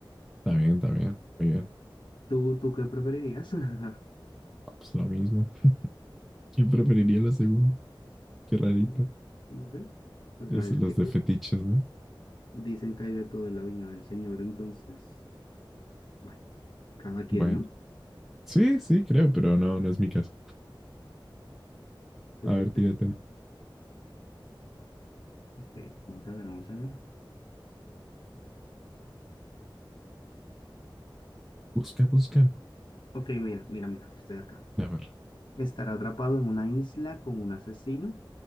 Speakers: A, in the centre; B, on the left.
A: está bien, está bien. Muy bien.
B: ¿Tú, tú qué preferirías? <laughs>
A: Ah, Pues lo mismo. ¿Quién preferiría
B: Mm,
A: la segunda? Qué rarita.
B: mm, No sé. Tú
A: Es
B: sabes
A: los
B: que
A: de fetiches, ¿no?
B: dicen que hay de todo en la viña del Señor, entonces, bueno, cada quien,
A: Bueno.
B: ¿no?
A: Sí, sí, creo, pero no, no es mi caso.
B: Entonces,
A: A ver, tírate.
B: de-
A: una.
B: ok, vamos a ver, vamos a ver.
A: Busca, busca.
B: Ok, mira, mira, mira, estoy acá.
A: A ver.
B: ¿Estar atrapado en una isla con un asesino